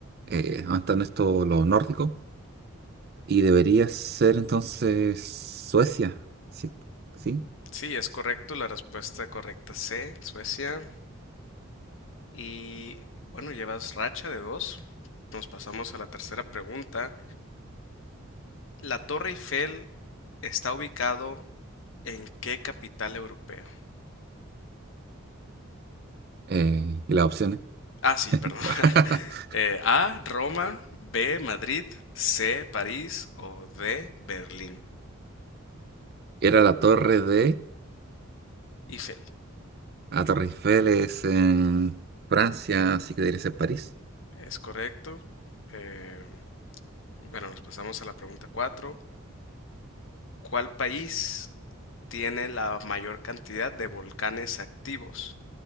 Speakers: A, on the right; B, on the left.
A: Eh, ¿dónde están estos los nórdicos? Y debería ser entonces Suecia, ¿sí? ¿Sí?
B: Sí, es correcto, la respuesta correcta es C, Suecia. Y bueno, llevas racha de dos. Nos pasamos a la tercera pregunta. ¿La Torre Eiffel está ubicado en qué capital europea?
A: Eh, y las opciones.
B: Ah, sí, perdón.
A: <laughs>
B: <laughs> Eh, A, Roma, B, Madrid, C, París o D, Berlín.
A: Era la torre de...
B: Eiffel,
A: La Torre Eiffel es en Francia, así que debería ser París.
B: es correcto. Eh, bueno, nos pasamos a la pregunta 4. ¿Cuál país tiene la mayor cantidad de volcanes activos?